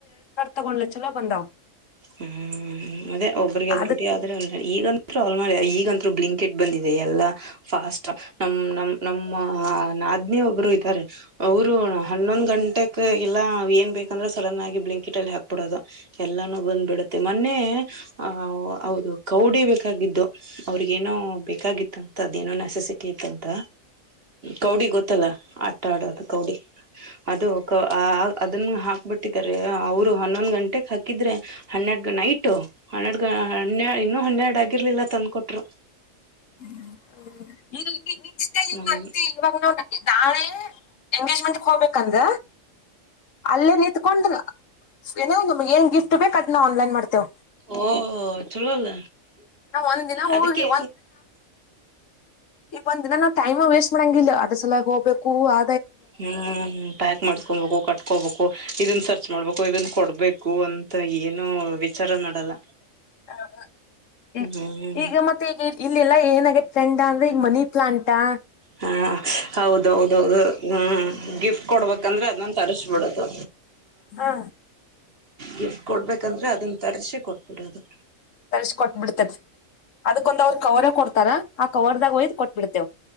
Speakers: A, on the left (about 70°); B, on the right (about 45°).
A: ತಗೊಂಡಲ ಚಲ್ಲ ಬಂದವು
B: ಹ್ಮ್ ಅದೇ ಒಬ್ರಿಗೆ ಅದ
A: ಅದಕ್
B: ರೊಟಿ ಆದ್ರ ಅಲ್ಲ ಈಗ ಮಾಡ ಈಗಂತೂ ಬ್ಲಿಂಕೆಟ್ ಬಂದಿದೆ ಎಲ್ಲಾ ಫಾಸ್ಟ್ ನ ನಮ್ ನಮ್ಮ ಹ ನಾದ್ನಿ ಒಬ್ರು ಇದ್ದಾರೆ ಅವರು ಹನ್ನೊಂದ್ ಗಂಟೆಕ್ ಎಲ್ಲಾ ಏನ್ ಬೇಕಂದ್ರೆ ಸಡನ್ ಆಗಿ ಬ್ಲಂಕೆಟ್ ಅಲ್ಲಿ ಹಾಕ್ಬಿಡೋದು ಎಲ್ಲಾನೂ ಬಂದು ಬಿಡುತ್ತೆ ಮೊನ್ನೆ ಆ ಹೌದು ಕೌಡಿ ಬೇಕಾಗಿದ್ದು ಅವ್ರಗ ಏನೋ ಬೇಕಾಗಿತ್ತು ಂತ ಅದೇನೋ ನೆಸೆಸಿಟಿ ಇಐತ್ತಂತ ಕೌಡಿ ಗೊತ್ತಲ್ಲ ಆಟ ಆಡೋದು ಕೌಡಿ ಅದು ಅದನ್ನ ಹಾಕ್ಬಿಟ್ಟಿದ್ದಾರೆ ಅವರು ಹನ್ನೊಂದ್ ಗಂಟೆಕ್ ಹಾಕಿದ್ರೆ ಹನ್ನೆರಡು ಗ ನೈಟು ಹನ್ನೆರಡು ಗ ಹನ್ನೆ ಇನ್ನುೂ ಹನ್ನೆರಡು ಆಗಿರ್ಲಿಲ್ಲ ತಂದ್ಕೊಟ್ರು
A: <unintelligible> ನೆಕ್ಸ್ಟ್ ಡೇ ಹಿಂಗ
B: ಹ್ಮ
A: ಅಂತತಿ ಇವಾಗ ನಾ ನಾಳೆ ಎಂಗೇಜ್ಮೆಂಟ್ ಹೋಗ್ಬೇಕಂದ ಅಲ್ಲೇ ನಿತ್ಕೊಂಡ್ ಏನ ನಮ್ಗೆ ಏನ್ ಗಿಫ್ಟ್ ಬೇಕಕ್ ಅದನ್ನ ಆನ್ಲೈನ್ ಮಾಡ್ತೇವ
B: ಓ ಚಲ ಅಲ್ಲ
A: ನಾವ್ ಒಂದ್ ದಿನ ಹೋಗಿ
B: ಅದಕ್ಕೆೇ
A: ಈ ಬಂದಿನ ನಾ್ ಟೈಮ್ ವೇಸ್ಟ್ ಮಾಡಂಗಿಲ್ಲ ಅದ್ರ ಸಲಾಗಿ ಹೋಗಬೇಕು ಅ
B: ಹ್ಮ್ ಪ್ಯಾಕ್ ಮಾಡಸ್ಕೊಬೇಕು ಕಟ್ಕೋಬೇಕು ಇದನ್ ಸರ್ಚ್ ಮಾಡ್ಬೇಕು ಇದನ್ ಕೊಡ್ಬೇಕು ಅಂತ ಏನು ವಿಚಾರ ಮಾಡಲ್ಲ
A: ಹ ಈ
B: ಹ್ಮ್
A: ಈಗ ಮತ್ತೆ ಈಗ ಇಲ್ಲಲ್ಲ ಏನಾಗೆ ಫ್ರೆಂಡ್ ಅಂದ್ರೆ ಈಗ ಮನಿ ಪ್ಲಾಂಟಾ
B: ಹಾ ಹೌದೌದೌದು ಹ್ಮ್ ಗಿಫ್ಟ್ ಕೊಡ್ಬೇಕಂದ್ರೆ ಅದನ್ ತರಿಸಬಿಡದು
A: ಹಾ
B: ಗಿಫ್ಟ್ ಕೊಡ್ಬೇಕಂದ್ರೆ ಅದನ್ನ ತರ್ಸಿ ಕೊಟ್ಬಿಡು ಅದು
A: ತರ್ಸ ಕೊಟ್ಬಿಡ್ತೇತಿ ಅದಕ್ಕೊಂದ ಅವ್ರರು ಕವರ ಕೊಡ್ತಾರ ಆ ಕವರ್ದಾಗ ಒಯ್ದು ಕೊಟ್ಟಟ್ಬಿಡ್ತೆೇವ